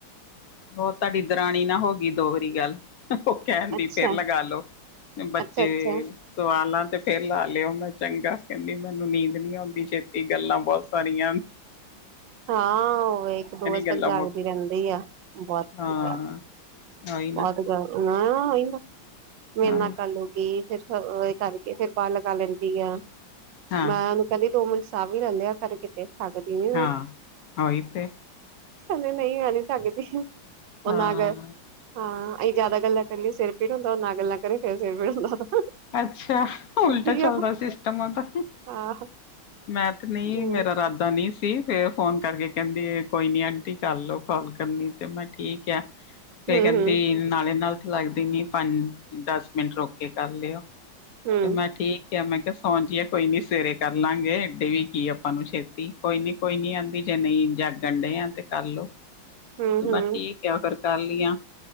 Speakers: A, on the left; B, on the right.
A: ਹੋਰ ਤੁਹਾਡੀ ਦਰਾਣੀ ਨਾ ਹੋ ਗਈ, ਦੋ ਵਾਰੀ ਗੱਲ ਔ ਕਹਿੰਦੀ
B: ਅੱਛਾ
A: ਫੇਰ ਲਗਾ ਲੋਓ, ਬੱਚੇ
B: ਅੱਛਾ ਅੱਛਾ
A: ਸਵਾਲਾ ਤੇ ਫੇਰ ਲਾ ਲਿਓ, ਮੈਂ ਚੰਗਾ, ਕਹਿੰਦੀ ਮੈਨੂੰ ਨੀਂਦ ਨੀ ਆਉਂਦੀ ਛੇਤੀ ਗੱਲਾਂ ਬਹੁਤ <inaudible> ਸਰੀ
B: ਹਾਂ, ਉਹ ਇੱਕ ਦੋ ਵਜੇ
A: ਗੱਲਾਂ
B: ਤੱਕ ਜਾਗਦੀ
A: ਮੁੱਕ
B: ਰਹਿੰਦੀ ਆ, ਬਹੁਤ
A: ਹਾਂ ਉਹੀ ਨਾ
B: ਬਹੁਤ ਗੱਲ, ਨਾ ਔਹੀ ਨਾ, ਮੇਰੇ
A: ਹਾਂ
B: ਨਾਲ ਗੱਲ ਹੋ ਗੀ, ਫਿਰ ਫਿਰ ਔ ਇਹ ਕਰਕੇ, ਫਿਰ ਬਾਹ ਲਗਾ ਲੈਂਦੀ ਆ,
A: ਹਾਂ
B: ਮੈਡਮ ਕਦੇ ਦੋ ਮਿੰਟ ਸਾਫਹ ਵੀ ਲੈਂ ਲੇਯਾ ਕਰ, ਕਿਥੇ ਹੱਟਦੀ ਨੀ ਉਹ,
A: ਹਾਂ ਉਹੀ ਤੇ
B: ਹਾਲੇ ਨਹੀ ਔ ਸਾਡੇ ਤੇ ਹੁਣ
A: ਹਾਂ
B: ਆ ਗਏ ਹਾਂ ਅਸੀਂ ਜਿਆਦਾ ਗੱਲਾਂ ਕਰੀਏ ਸਿਰ ਪੀੜ ਹੁੰਦਾ, ਔ ਨਾ ਗੱਲਾਂ ਕਰੇ, ਫੇਰ ਸਿਰ ਪੀੜ ਹੁੰਦਾ।
A: ਅੱਛਾ, ਉਲਟਾ
B: ਪੁੱਠੀ
A: ਚੱਲਦਾ
B: ਆ ਉਹ।
A: ਸਿਸਟਮ ਆ ਤਾਂ
B: ਹਾਂ
A: ਮੈਂ ਤੇ ਨਹੀਂ,
B: ਹੂੰ
A: ਮੇਰਾ ਇਰਾਦਾ ਨਹੀਂ ਸੀ ਫੇਰ ਫੋਨ ਕਰਕੇ ਕਹਿੰਦੀ ਏ, ਕੋਈ ਨੀ ਆਂਟੀ ਕਰ ਲਓ ਕਾਲ ਕਰਨੀ ਤੇ, ਮੈਂ ਕੇਹਾ ਠੀਕ ਆ ਫੇਰ
B: ਹੂੰ
A: ਕਹਿੰਦੀ
B: ਹੂੰ
A: ਨਾਲੇ ਨਾਲ ਤਾਂ ਲੱਗਦੀ ਨੀ, ਪੰਜ ਦਸ ਮਿੰਟ ਰੁਕ ਕੇ ਕਰ ਲਿਓ
B: ਹੂੰ
A: ਤੇ ਮੈਂ ਠੀਕ ਕੇਹਾ ਮੈਂ ਕਿਹਾ ਸੋ ਜਾਈਏ ਕੋਈ ਨੀ ਸਵੇਰੇ ਕਰ ਲਾਂਗੇ, ਇਥੇ ਵੀ ਕੀ ਆਪਾਂ ਨੂੰ ਛੇਤੀ, ਕੋਈ ਨੀ, ਕੋਈ ਨੀ ਨੀਂਦ ਆਂਦੀ ਜੇ ਨਹੀਂ, ਜਾਗਣ ਡੇ ਆ, ਤੇ ਕਰ ਲੋ
B: <unintelligible>
A: ਤੇ ਮੈਂ
B: ਹੂੰ
A: ਠੀਕ ਐ, ਫਿਰ ਕਰ ਲਈ ਆ,